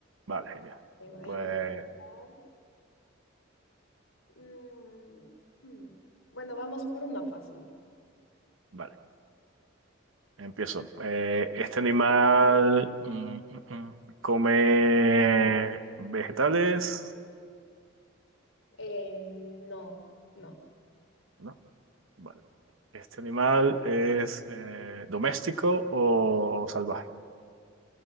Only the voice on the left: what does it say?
Bueno, déjame
pensar. Mm, hmm. Bueno, vamos por una fácil.
Eh, no, no.